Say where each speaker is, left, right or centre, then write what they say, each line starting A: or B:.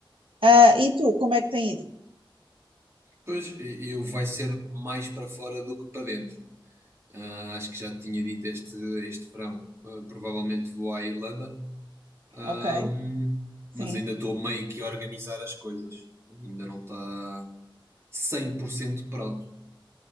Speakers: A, on the right; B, on the right.
A: Ah, e tu, como é que tem ido?
B: Pois, eu vai ser mais para fora do que para dentro. Ah, Acho que já te tinha dito este, este verão. Ah, Provavelmente vou à Irlanda, Ahm,
A: Ok, sim,
B: mas ainda estou meio que a organizar as coisas. Ainda não está 100% pronto